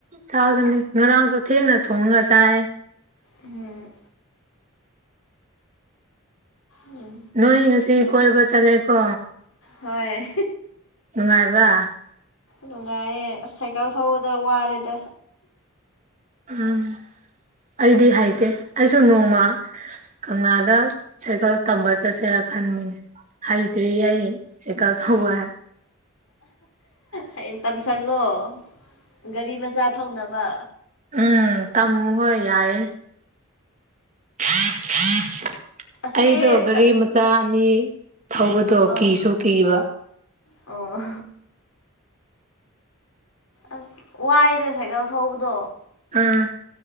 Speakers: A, on the right; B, on the left.
A: ꯆꯥꯒꯅꯤ ꯉꯔꯥꯡꯁꯨ ꯊꯦꯡꯅ ꯊꯣꯡꯉ ꯆꯥꯏ
B: ꯎꯝ ꯎꯝ
A: ꯅꯣꯏ ꯉꯁꯤ ꯀꯣꯏꯕ ꯆꯠꯂꯦꯀꯣ
B: ꯍꯣꯏ
A: ꯅꯨꯡꯉꯥꯏꯕ꯭ꯔꯥ
B: ꯅꯨꯡꯉꯥꯏꯌꯦ ꯑꯁ ꯁꯥꯏꯀꯜ ꯊꯧꯕꯗ ꯋꯥꯔꯦꯗ
A: ꯎꯝ ꯑꯩꯗꯤ ꯍꯩꯇꯦ ꯑꯩꯁꯨ ꯅꯣꯡꯃ ꯀꯪꯂꯥꯗ ꯁꯥꯏꯀꯜ ꯇꯝꯕ ꯆꯠꯁꯦꯔꯥ ꯈꯟꯕꯅꯦ ꯍꯩꯇ꯭ꯔꯤꯌꯦ ꯑꯩ ꯁꯥꯏꯀꯜ ꯊꯧꯕ
B: ꯍꯌꯦꯡ ꯇꯝꯁꯜꯂꯣ ꯒꯥꯔꯤ ꯃꯆꯥ ꯊꯧꯅꯕ
A: ꯎꯝ ꯇꯝ ꯍꯣꯏ ꯌꯥꯏꯌꯦ ꯍꯥꯥ ꯍꯥꯥ
B: ꯑꯁꯤ
A: ꯑꯩꯗꯣ ꯒꯥꯔꯤ ꯃꯆꯥ ꯑꯅꯤ ꯊꯧꯕꯗꯣ
B: ꯑꯥ
A: ꯀꯤꯁꯨ ꯀꯤꯕ
B: ꯑꯣ ꯑꯁ ꯋꯥꯏꯗ ꯁꯥꯏꯀꯜ ꯊꯧꯕꯗꯣ
A: ꯑꯪ